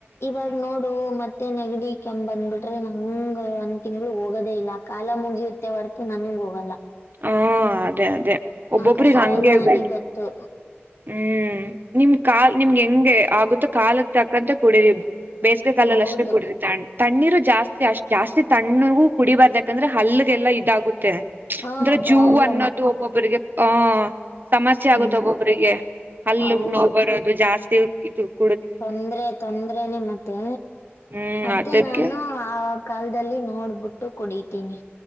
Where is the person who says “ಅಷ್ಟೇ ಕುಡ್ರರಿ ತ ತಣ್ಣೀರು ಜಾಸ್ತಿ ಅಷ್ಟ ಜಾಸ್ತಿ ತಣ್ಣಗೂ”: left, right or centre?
Right